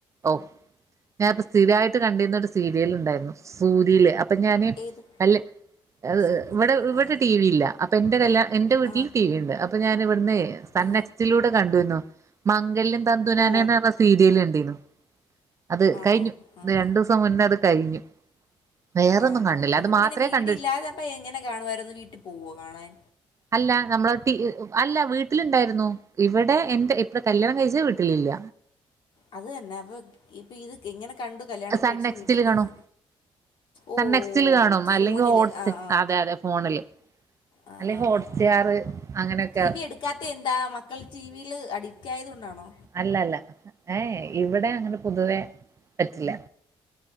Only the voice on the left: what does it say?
ഏത്
സൂര്യയിൽ
ആ
ആ
ആ
ഓ
ആണോ
ആ
ആ
ആണോ
അപ്പം
പിന്നെ ഇവിടെ
ഇല്ലാതെ അപ്പം എങ്ങനെ കാണുവായിരുന്നു. വീട്ടി പോവോ കാണാൻ.
അത് തന്നെ അപ്പൊ ഇപ്പൊ ഇത് എങ്ങനെ കണ്ടു കല്യാണം
കഴച്ച
വീട്ടിലിൽനിന്ന്.
ഓഹ്
ഫോണില്
ആഹ്
ആഹ്. ആഹ്
ആഹ്
ആഹ് ആഹ്
ടി വി എടുക്കാത്ത എന്താ മക്കള് ടിവിൽ അഡിക്റ്റ് ആയത് കൊണ്ടാണോ?